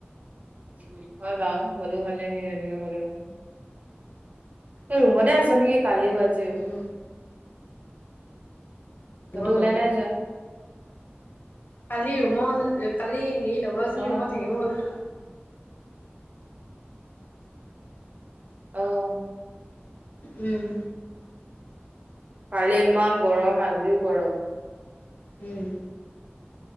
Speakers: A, on the right (about 35°); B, on the left (about 50°).
A: উম্, হয় বাৰু হ'লেও হ'লে সি এনেকে ক'লে তই ৰুমতে আছ নেকি? কালিও আজিও।
B: উম্,
A: ক'তো
B: গই গ'লো
A: ওলাই নাই যোৱা
B: কালি ৰুমৰ কালি হেৰি লগ লগৰজনী ৰুমত
A: অ
B: থাকিব গ'লো।
A: অ',
B: উম্,
A: কালি ইমান গৰম, আজিও গৰম।
B: উম্